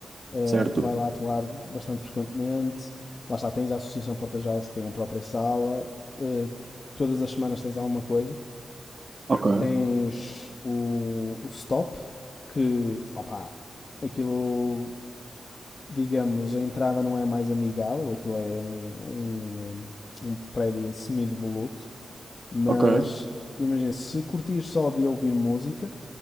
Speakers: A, on the left; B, on the right.
A: uh,
B: certo?
A: que vai lá atuar bastante frequentemente. Lá está, tens a Associação Porta Jazz que tem a própria sala. Uh, todas as semanas tens alguma coisa.
B: Ok,
A: Tens o, o Stop, que, opá, aquilo, digamos, a entrada não é mais amigável, aquilo é um, um, eh, um prédio semi-devoluto, mas
B: ok.
A: imagina, se curtires só de ouvir música,